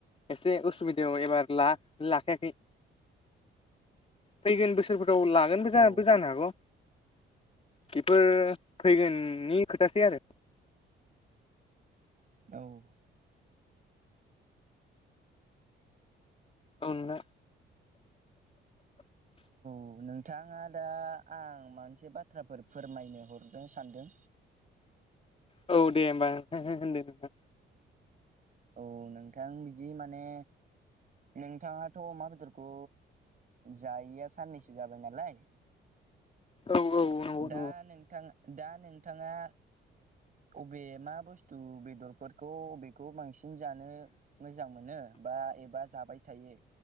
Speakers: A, on the left; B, on the right.
A: एसे उसुबिदायाव एबार ला लाखायाखै फैगोन बोसोर लागोन
B: औ
A: जानो हागौ बेफोर फैगोननि खोथासै आरो
B: औ
A: औ नोंथां <inaudible>
B: औ नोंथाङा दा आं मोनसे बाथ्राफोर फोरमायनो हरनो सानदों
A: औ दे हो हो‌ होनदो
B: औ नोंथां बिदि माने नोंथाङाथ' अमा बेदर खौ जायैया साननैसो जाबाय नालाय
A: औ औ नंगौ नंगौ
B: दा नोंथां दा नोंथाङा अबे मा बुस्थु बेदरफोरखौ अबेखौ बांसिन जानो मोजां मोनो बा एबा जाबाय थायो